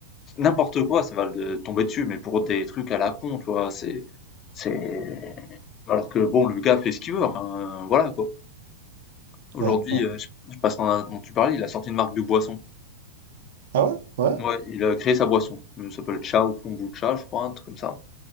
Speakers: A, on the left; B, on the right.
A: N'importe quoi, ça va le tomber dessus, mais pour des trucs à la con, tu vois, c'est, c'est, alors que bon, le gars fait ce qu'il veut, enfin, euh, voilà, quoi. Aujourd'hui,
B: ouais, ouais.
A: euh, je, je passe dans, un- dont tu parlais, il a sorti une marque de boisson.
B: Ah ouais? Ouais?
A: Ouais, il a créé sa boisson. Euh, Ça s'appelle Chao Kombucha, je crois, un truc comme ça.